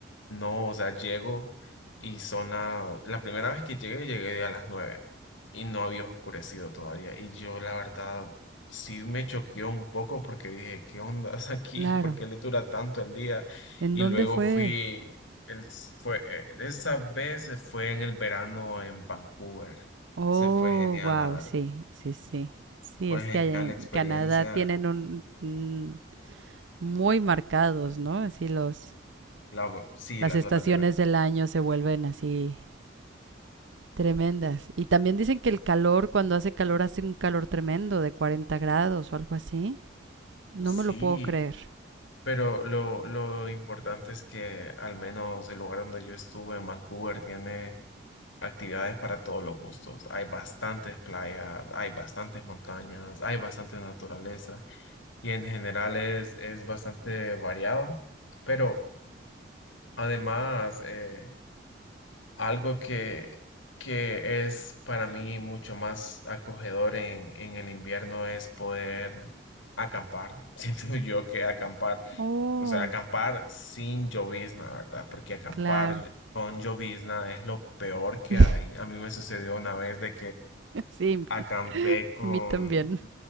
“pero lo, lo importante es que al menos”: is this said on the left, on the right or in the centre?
Left